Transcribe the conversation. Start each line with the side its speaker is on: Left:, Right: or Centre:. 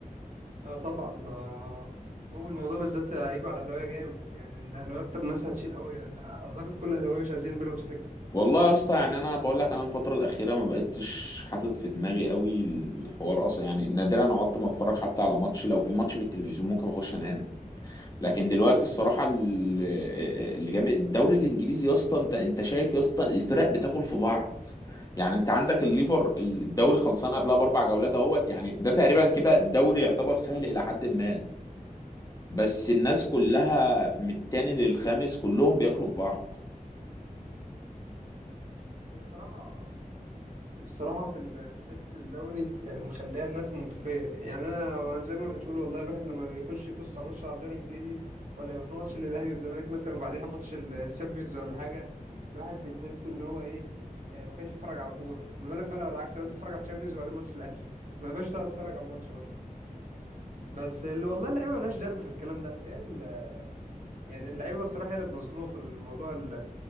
Right: اه طبعا آه. اول موضوع بالذات هيجوا على الاهلاويه جامد يعني الاهلاويه اكتر ناس هتشيل قوي يعني اعتقد كل الاهلاويه مش عايزين بيراميدز تكسب
Left: والله يا اسطى يعني انا بقول لك انا الفتره الاخيره ما بقتش حاطط في دماغي قوي الحوار اصلا يعني نادرا قعدت ما اتفرج حتى على ماتش لو في ماتش في التلفزيون ممكن اخش انام لكن دلوقتي الصراحه ال- اللي جامد الدوري الانجليزي يا اسطى انت انت شايف يا اسطى الفرق بتاكل في بعض يعني انت عندك الليفر الدوري خلصان قبلها
Right: أول-
Left: باربع جولات اهوت يعني ده تقريبا كده الدوري يعتبر سهل
Right: أول-
Left: الى حد ما بس الناس كلها من التاني للخامس كلهم بياكلوا في بعض
Right: والصراحة الصراحة في ال- في حتة الدوري يعني مخليها الناس منطفية يعني أنا زي ما بتقول والله الواحد لما بيخش يبص على ماتش على الدوري الإنجليزي ولا يبقى في ماتش للأهلي والزمالك مثلا وبعديها ماتش الشامبيونز ولا حاجة الواحد بيتحس إن هو إيه يعني ما كانش بيتفرج على كورة ما بالك بقى لو العكس لو أنت بتتفرج على الشامبيونز وبعدين ماتش الأهلي <laughs> ما ينفعش تقعد تتفرج على الماتش مثلا بس اللي والله اللعيبة ملهاش ذنب في الكلام ده هي ال- يعني اللعيبة الصراحة هي اللي مظلومة في الموضوع ال-